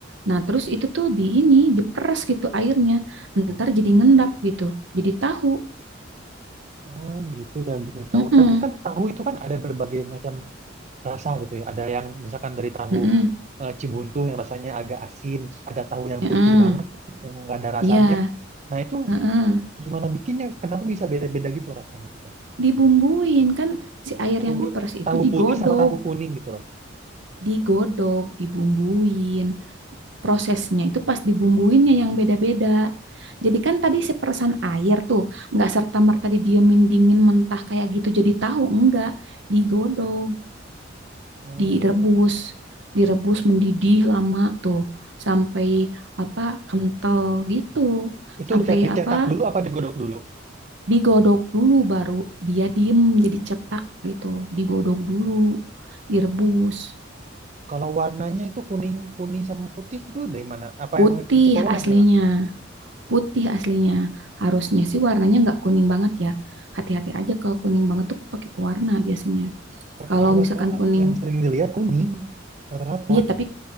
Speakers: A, on the right; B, on the right.
A: Nah, terus itu tuh di ini diperes gitu airnya. Ntar jadi ngendap gitu. Jadi tahu.
B: Oh gitu ya bikin tahu.
A: Mm-mm.
B: Tapi kan tahu itu kan ada berbagai macam rasa gitu ya. Ada yang misalkan dari tahu
A: Mm-mm.
B: eh, Cibuntu yang rasanya agak asin, terus ada tahu yang
A: Mm-mm.
B: putih banget gitu, yang nggak ada rasanya.
A: Iya.
B: Nah itu
A: Heeh.
B: gimana bikinnya? Kenapa bisa beda-beda gitu rasanya gitu?
A: dibumbuin kan si air
B: Tahu
A: yang diperes itu
B: tahu
A: digodok,
B: putih sama tahu kuning gitu loh.
A: digodok, dibumbuin. Prosesnya itu pas dibumbuinnya yang beda-beda. Jadi kan tadi si peresan air tuh nggak serta merta didiemin dingin mentah kayak gitu jadi tahu enggak digodok,
B: Oh
A: direbus, direbus mendidih lama tuh sampai apa kental gitu,
B: itu
A: sampai
B: dicetak, dicetak
A: apa
B: dulu apa digodok dulu?
A: digodok dulu baru dia diem jadi cetak gitu digodok dulu direbus
B: Kalau warnanya itu kuning kuning sama putih itu dari mana? Apa
A: putih
B: emang kasih pewarna?
A: aslinya putih aslinya harusnya sih warnanya nggak kuning banget ya hati-hati aja kalau kuning banget tuh pakai pewarna biasanya
B: Tapi
A: kalau
B: tahu
A: misalkan
B: rata
A: kuning
B: yang sering dilihat kuning rata-rata.
A: iya tapi